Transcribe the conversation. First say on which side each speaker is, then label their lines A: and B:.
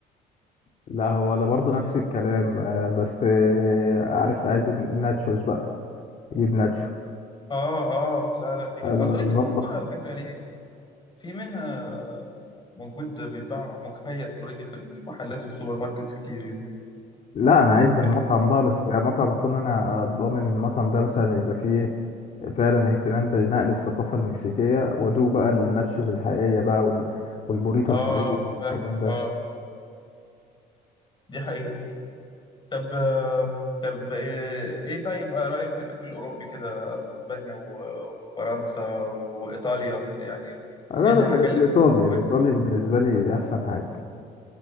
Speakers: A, on the left; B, on the left.
A: لا هو انا برضو نفس الكلام آه، بس آه، عارف عايز الناتشوز بقى يجيب ناتشو
B: اه اه لا لا دي
A: المطبخ
B: اظن دي موجوده على فكره يعني في منها موجود بيتباع مكيس اوريدي في في محلات وفي سوبر ماركتس كتير يعني
A: لا انا عايز من
B: اكيد
A: مطعم بقى بس يعني مطعم اكون انا ضامن المطعم ده مثلا يبقى فيه ايه فعلا اهتمام بنقل الثقافه المكسيكيه وادوق بقى الناتشوز الحقيقيه بقى وال... والبوريتو
B: اه
A: الحقيقي
B: آه،
A: والكلام
B: فاهمك
A: ده
B: اه دي حقيقه طب آه، طب آه، ايه طيب آه، رأيك في الأكل الأوروبي كده اسبانيا و- وفرنسا وإيطاليا يعني في
A: لا
B: ايه اللي
A: لا
B: حاجة اللي
A: الايطالي
B: بتعلق معاك
A: الايطالي
B: من الجو ده؟
A: بالنسبه لي احسن حاجه